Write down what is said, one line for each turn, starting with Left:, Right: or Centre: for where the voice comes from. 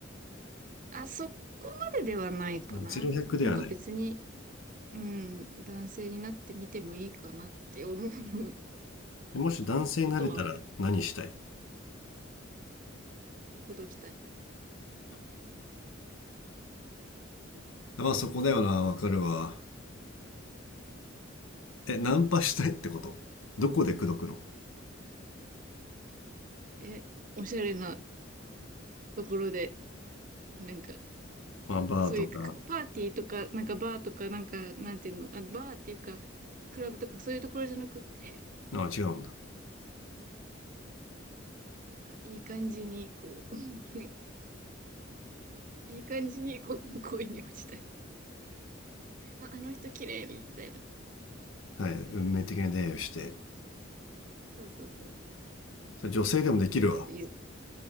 Right: あ、そこまでではないかな。
Left: あゼロ100ではない。
Right: なんか別に、うん、男性になってみてもいいかなって思う
Left: でもし男性になれたら何したい
Right: ことはくどきたい。
Left: まあそこだよな、わかるわ。え、ナンパしたいってことどこで口説くの
Right: え、おしゃれなところで、なんか、
Left: まあバーとか。
Right: そういうパーティーとか、なんかバーとか、なんか、なんていうの、あ、バーっていうか、クラブとかそういうところじゃなくて、
Left: あ、違うんだ。
Right: そう、なんかいい感じに、こう、<laughs> いい感じに、こう、恋に落ちたい。あ、あの人綺麗、みたいな。
Left: はい。運命的な出会いをして。
Right: そうそうそう。
Left: それ女性でもできるわ。
Right: ってちょっと言う。